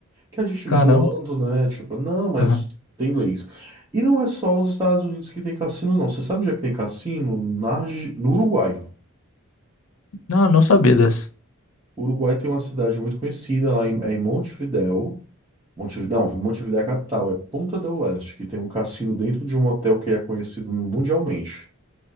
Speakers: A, on the right; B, on the left.
A: que a gente
B: Caramba.
A: zoando, né? Tipo, não, mas
B: Aham.
A: tem leis. E não é só os Estados Unidos que tem cassino, não. Você sabe onde é que tem cassino? Na, Arge- no Uruguai.
B: Não, não sabia dessa.
A: O Uruguai tem uma cidade muito conhecida lá em, é em Montevidéu. Montevidéu, não, Montevidéu é a capital, é Punta del Este, que tem um cassino dentro de um hotel que é conhecido mundialmente.